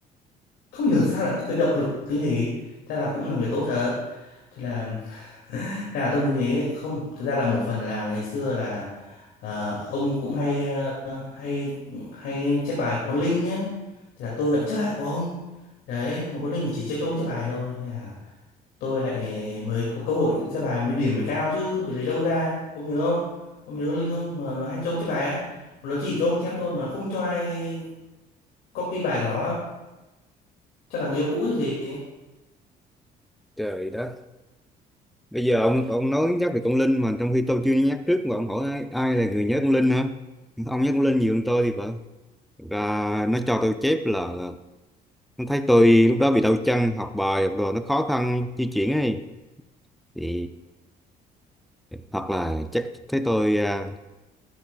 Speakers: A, on the left; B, in the centre.
A: không hiểu sao lại có cái động lực như thế thế là cũng là người tốt thật thế là <laughs> là tôi mới thế không thực ra là một phần là ngày xưa là ờ, ông cũng hay ờ, hay hay chép bài của con Linh nhé thế là tôi lại chép lại của ông đấy mà con Linh chỉ chép cho ông chép bài thôi thế là tôi lại mới có cơ hội chép bài mới điểm mới cao chứ không thể lấy đâu ra ông nhớ không ông nhớ con Linh không mà nó hay cho ông chép bài á mà nó chỉ cho ông chép thôi mà nó không cho ai copy bài của nó á. chắc là người yêu cũ rồi gì
B: trời đất bây giờ ông ông nói nhắc về con Linh mà trong khi tôi chưa nhắc trước mà ông hỏi ai, ai là người nhớ con Linh hả ông nhắc con Linh nhiều hơn tôi thì phải và nó cho tôi chép là nó thấy tôi lúc đó bị đau chân học bài học đồ nó khó khăn di chuyển ấy thì hoặc là chắc thấy tôi à,